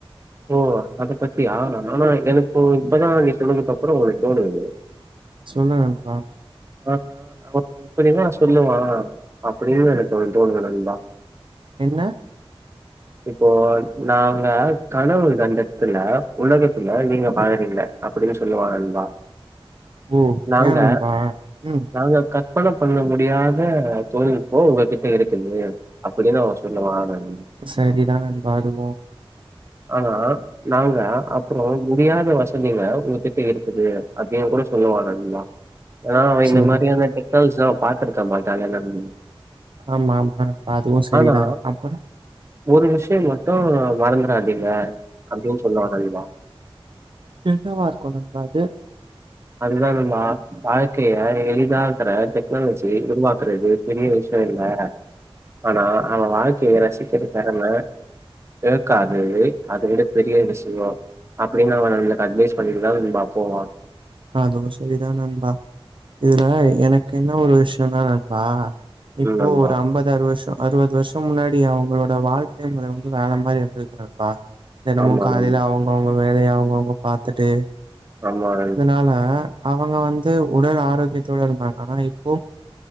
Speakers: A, on the right (about 30°); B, on the right (about 55°).
A: ஓ அத பத்தி ஆனா எனக்கு இப்பதா நீ சொன்னதுக்கப்றோ ஒன்னு தோணுது
B: சொல்லு நண்பா
A: ஆ அவ இப்படிதா சொல்லுவா அப்டியு எனக்கொன்னு தோணுது நண்பா
B: என்ன
A: இப்போ நாங்க கனவு தண்டத்துல உலகத்துல நீங்க வாழறீங்க அப்டின் சொல்லுவா நண்பா
B: ஓ!
A: நாங்க
B: ஏன் நண்பா? ம்.
A: நாங்க க ற்பன பண்ண முடியாத தொழில்நுட்போ உங்ககிட்ட இருக்குது அப்பிடினு அவ சொல்லுவா நண்
B: செரிதா நண்பா அதுவு
A: ஆனா நாங்க அப்றோ முடியாத வசதிங்க உங்ககிட்ட இருக்குது அப்டியு கூட சொல்லுவா நண்பா ஏனா அவே
B: சரி.
A: இந்த மாரியான டெக்னல்ஸ்ல பாத்துருக்க மாட்டால்ல நண்
B: ஆமா ஆமா அதுவு செரிதா
A: ஆனா
B: அப்பறோ
A: ஒரு விஷ்யோ மட்டு மறந்துறாதீங்க அப்டின் சொல்வா நண்பா
B: என்னவா இருக்கு நண்பா அது
A: அதுதா நண்பா வாழ்க்கைய எளிதாக்கற டெக்னாலஜி உருவாக்குறது பெரிய விஷ்யோ இல்ல ஆனா அவ வாழ்க்கைய ரசிக்கிற தெறம இருக்காது அத விட பெரிய விஷயோ அப்டினு அவ நம்மளுக்கு அட்வைஸ் பண்ணிட்டுதா நண்பா போவா
B: அதுவு சரிதா நண்பா இதுல எனக்கென்ன ஒரு விஷயம்னா நண்பா
A: ம்
B: இப்போ
A: நண்பா
B: ஒரு அம்ப தாறு வருஷோ அறுவது வருஷோ முன்னாடி அவுங்களோட வாழ்க்கை முற வந்து வேற மாரி இருந்திருக்கு நண்பா தினமு
A: ஆமா
B: காலைல
A: நண்பா
B: அவ்ங்கவுங்க வேலய அவ்ங்கவுங்க பாத்திட்டு
A: ஆமா நண்பா
B: ஆனா அவுங்க வந்து உடல் ஆரோக்கியத்தோட இருந்தாங்க ஆனாயிப்போ